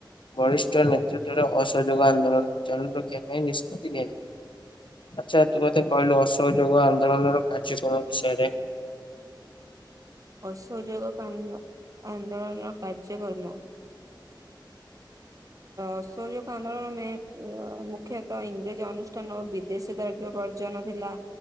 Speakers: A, on the left; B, on the right.
A: ବରିଷ୍ଠ ନେତୃତ୍ୱରେ ଅସହଯୋଗ ଆନ୍ଦୋଳନକୁ ଚାଲୁ ରଖିବା ପାଇଁ ନିଷ୍ପତ୍ତି ନିଆଯାଇଥିଲା, ଆଚ୍ଛା ତୁ ମତେ କହିଲୁ ଅସହଯୋଗ ଆନ୍ଦୋଳନର କାର୍ଯ୍ୟକ୍ରମ ବିଷୟରେ।
B: ଅସହଯୋଗ ଆନ୍ଦୋ ଆନ୍ଦୋଳନର କାର୍ଯ୍ୟକ୍ରମ ଅସହଯୋଗ ଆନ୍ଦୋଳନ ମ ମୁଖ୍ୟତଃ ଇଂରେଜ ଅନୁଷ୍ଠାନ ଓ ବିଦେଶ ଦ୍ରବ୍ୟ ବର୍ଜନ ଥିଲା